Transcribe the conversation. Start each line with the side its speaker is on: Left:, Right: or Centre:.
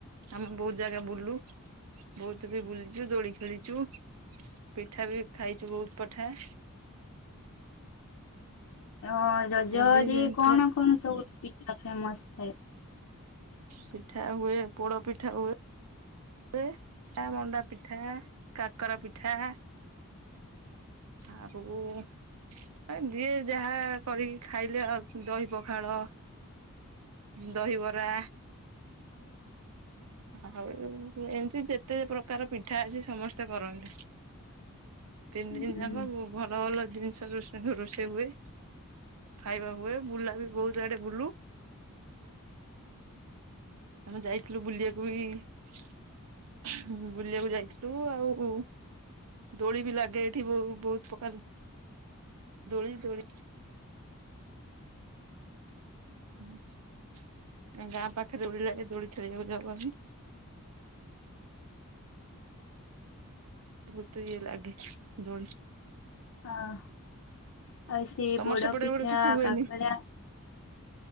Right: ଆମେ ବୋହୁତ ଜାଗା ବୁଲୁ ବୋହୁତ ବି ବୁଲିଚୁ ଦୋଳି ଖେଳିଚୁ। ପିଠା ବି ଖାଇଚୁ ବୋଉ ପଠାଏ।
Left: ଅ ରଜରେ
Right: ତିନି ଦିନ ଯାକ
Left: କଣ କଣ ସବୁ ପି ଆ ଫେମସ ଥାଏ।
Right: ପିଠା ହୁଏ ପୋଡ ପିଠା ହୁଏ। ତାପରେ ଆ ମଣ୍ଡା ପିଠା କାକରା ପିଠା ଆଉ ଆ ଏ ଯିଏ ଯାହା କରିକି ଖାଇଲେ ଆଉ ଦହି ପଖାଳ ଦହିବରା ଆଉ ଏମିତି ଯେତେ ପ୍ରକାର ପିଠା ଅଛି ସମସ୍ତେ କରନ୍ତି। ତିନି
Left: ଉଁ
Right: ଦିନ ଯାଁକ ଭୁ-ଭଲ ଭଲ ଜିନିଷ ରୋଷେଇ-ରୋଷେଇ ହୁଏ। ଖାଇବା ହୁଏ ବୁଲା ବି ବୋହୁତ ଆଡେ ବୁଲୁ। ଆମେ ଯାଇଥିଲୁ ବୁଲିବାକୁ ବି <unintelligible> ବୁଲିବାକୁ ଯାଇଥି ଲୁ ଆଉ ଦୋଳି ବି ଲାଗେ ଏଠି ବୋ-ବୋହୁତ ପ୍ରକାର ଦୋଳି, ଦୋଳି ହୁଁ ଗାଁ ପାଖରେ ଦୋଳିିଲାଗେ ଦୋଳି ଖେଳିବାକୁ ଯାଉ ଆମେ। ବୋହୁତ ଇଏ ଲାଗେ ଦୋଳି।
Left: ହଁ ଆଉ ସେ
Right: ତମର
Left: ପୋଡ
Right: ସେପଟେ
Left: ପିଠା
Right: ଗୋଟେ କିଛି ହୁଏନି
Left: କାକରା